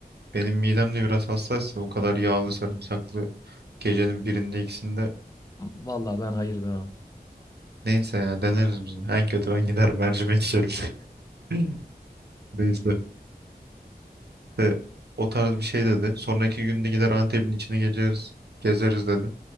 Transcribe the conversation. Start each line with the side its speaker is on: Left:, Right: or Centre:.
Right: benim midem de biraz hassas ya. O kadar yağlı sarımsaklı gecenin birinde ikisinde.
Left: Vallahi ben hayır demem.
Right: Neyse ya deneriz biz de. En kötü ben gider mercimek içerim. <laughs> Neyse. E, o tarz bir şey dedi. Sonraki günde gider Antep'in içine gezeriz. Gezeriz dedi.